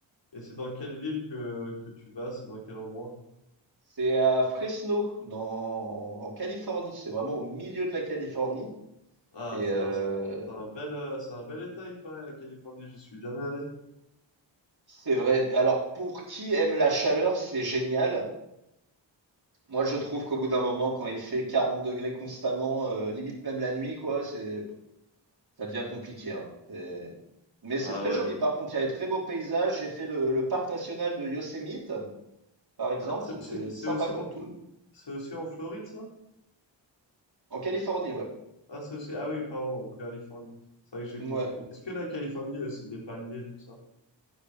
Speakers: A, on the left (about 70°); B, on the right (about 55°).
A: et c'est dans quelle ville que, que tu vas? C'est dans quel endroit?
B: C'est à Fresno dans en Californie, c'est vraiment au milieu de la Californie
A: Ah,
B: et heu,
A: c'est un, c'est un c'est un bel, euh, c'est un bel état, il paraît, la Californie, j'y suis jamais allé.
B: c'est vrai alors pour qui aime la chaleur, c'est génial. Moi, je trouve qu'au bout d'un moment, quand il fait 40 degrés constamment, euh, limite même la nuit, quoi, c'est, ça devient compliqué. hein. C'est- Mais
A: Ah
B: c'est très
A: ouais.
B: joli. Par contre, il y a des très beaux paysages. J'ai fait le, le parc national de Yosemite, par exemple.
A: Ah, c'est
B: C'était
A: aussi, c'est
B: sympa
A: aussi
B: comme
A: en, Fl-
B: tout.
A: c'est aussi en Floride, ça?
B: En Californie, ouais.
A: Ah, c'est aussi, ah oui, pardon, en Californie. C'est vrai que j'ai
B: Ouais.
A: confiné. Est-ce que la Californie, il y a aussi des palmiers, tout ça?